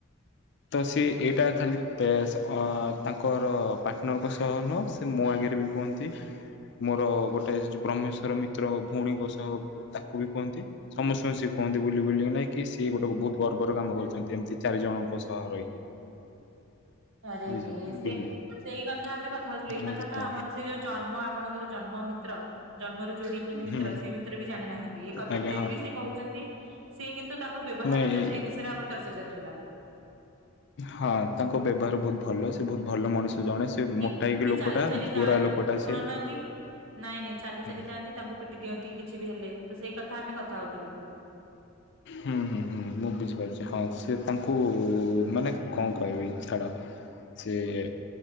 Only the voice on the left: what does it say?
ତ ସିଏ ଏଇଟା ଖାଲି ତାଙ୍କର ପାର୍ଟନରଙ୍କ ସହ ନୁହଁ ମୋ ଆଗରେ ବି କୁହନ୍ତି ମୋର ଗୋଟେ ବ୍ରହ୍ମେଶ୍ୱର ମିତ୍ର ଭଉଣୀଙ୍କ ସ ତାକୁ ବି କୁହନ୍ତି ସମସ୍ତଙ୍କୁ ସିଏ କୁହନ୍ତି ବୁଲି ବୁଲି ନାଇଁ କି ସିଏ ଗୋଟେ ବହୁତ ଗର୍ବର କାମ କରି ଚନ୍ତି ଏମିତି ଚାରି ଜଣଙ୍କ ସହ ରହିକି।
ବିଲ
ଆଚ୍ଛା
ହୁଁ
ଆଜ୍ଞା
ହଁ
ନାଇଁ
ହଁ ତାଙ୍କ ବ୍ୟବହାର ବୋହୁତ ଭଲ ସେ ସେ ବୋହୁତ ଭଲ ମଣିଷ ଜଣେ ସେ
ମୋଟା ହେଇକି
ଲୋକୋଟା
ଗୋରା ଲୋକୋଟା
ସେ
ଆଜ୍ଞା
ହୁଁ ହୁଁ ହୁଁ ମୁଁ ବୁଝିପାରୁଛି ହଁ ସିଏ ତାଙ୍କୁ ମାନେ କଣ କହିବି ଛାଡ଼। ସେଏ